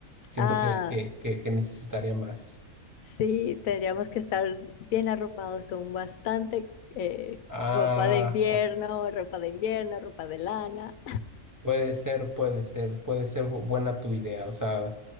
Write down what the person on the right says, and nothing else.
Siento
que, que, que, que necesitaría más.
Ajá.
Puede ser, puede ser, puede ser bu- buena tu idea, o sea,